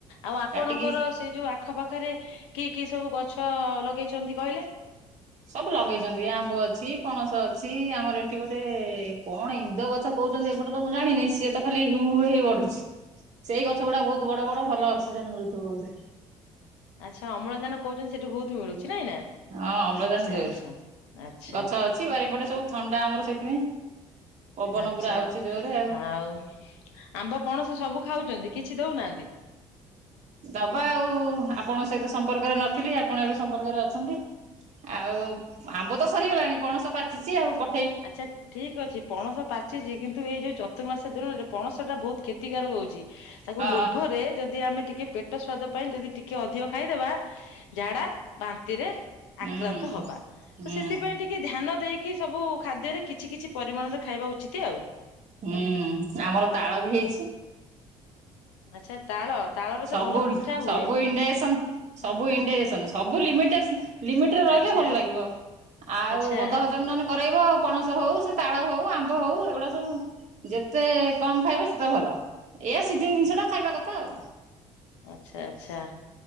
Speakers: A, on the left; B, on the right.
A: ଆଉ ଆପଣଙ୍କର
B: କାଟିକି
A: ସେଇ ଯୋଉ ଆଖ ପାଖରେ କି କି ସବୁ ଗଛ ଲଗେଇଛନ୍ତି କହିଲେ?
B: ସବୁ ଲଗେଇଛନ୍ତି ଆମ୍ବ ଅଛି ପଣସ ଅଛି ଆମର ଏଠି ଗୋଟେ କଣ ଇନ୍ଦ ଗଛ। କହୁଛନ୍ତି ଏପଟ ତ ମୁଁ ଜାଣିନି ସିଏ ତ ଖାଲି ହୁ ହୁ ହେଇ ବଢୁଛି। ସେଇ ଗଛ ଗୁଡା ବହୁତ ବଡ ବଡ ଭଲ ଅକ୍ସିଜେନ ମିଳୁଥିବ ବୋଧେ।
A: ଆଚ୍ଛା ଅମ୍ଳଜାନ କହୁଛନ୍ତି ସେଠୁ ବହୁତ ମିଳୁଛି ନାଇଁ ନା।
B: ହଁ ଅମ୍ଳଜାନ
A: ଆଚ୍ଛା
B: ଜୋର
A: ଆଚ୍ଛା ଆଚ୍ଛା
B: ଗଛ ଅଛି ବାରିପଟେ ସବୁ ଥଣ୍ଡା ଆମର ସେଇଥିପାଇଁ। ପବନ
A: ଆଚ୍ଛା
B: ପୁରା ଆଉଛି ଜୋରରେ
A: ଆଉ ଆମ୍ବ ପଣସ ସବୁ ଖାଉଛନ୍ତି କିଛି ଦଉନାହାନ୍ତି।
B: ଦବା ଆଉ ଆପଣଙ୍କ ସହିତ ସମ୍ପର୍କରେ ନଥିଲି ଆପଣ ଏବେ ସମ୍ପର୍କରେ ଅଛନ୍ତି। ଆଉ ଆମ୍ବ ତ ସରିଗଲାଣି ପଣସ ପାଚିଛି ଆଉ ପ
A: ଆଚ୍ଛା। ଠିକ ଅଛି ପଣସ ପାଚିଛି କିନ୍ତୁ ଏଇ ଯୋଉ ଚତୁର୍ମାସ ଦିନରେ ପଣସ ଟା ବହୁତ କ୍ଷତିକାରକ ହଉଛି। ତାକୁ
B: ହଁ।
A: ଲୋଭରେ ଯଦି ଆମେ ଟିକେ ପେଟ ସ୍ୱାଦ ପାଇଁ ଯଦି ଟିକେ ଅଧିକ ଖାଇଦେବା ଝାଡା ବାନ୍ତିରେ।
B: ହଁ
A: ଆକ୍ରାନ୍ତ ହବା ତ
B: ହୁଁ
A: ସେଥିପାଇଁ ଟିକେ ଧ୍ୟାନ ଦେଇକି ସବୁ। ଖାଦ୍ୟରେ କିଛି କିଛି ପରିମାଣରେ ଖାଇବା ଉଚିତ ଆଉ।
B: ହୁଁ ଆମର ତାଳ ବି ହେଇଛି।
A: ଆଚ୍ଛା ତାଳ ତାଳରେ
B: ସବୁ
A: ତ ଭଲ ପିଠା ହୁଏ
B: ସବୁ ଇଣ୍ଡଡାଇଯେଶନ। ସବୁ ଇନଡାଇଜେଶନ ସବୁ ଲିମିଟେସ ଲମିଟରେ ରହିଲେ
A: ଆଚ୍ଛା
B: ଭଲ ଲାଗିବ। ଆଉ
A: ଆଚ୍ଛା
B: ବଧ ଭଜମୀ ନହେଲେ କରେଇବ ଆଉ। ପଣସ ହଉ ସେ ତାଳ ହଉ ଆମ୍ବ ହଉ ଏଗୁଡା ସବୁ ଯେତେ କମ ଖାଇବେ ସେତେ ଭଲ। ଏଇଆ ସିଜିନ ଜିନିଷଟା ଖାଇବା କଥା ଆଉ।
A: ଆଚ୍ଛା ଆଚ୍ଛା।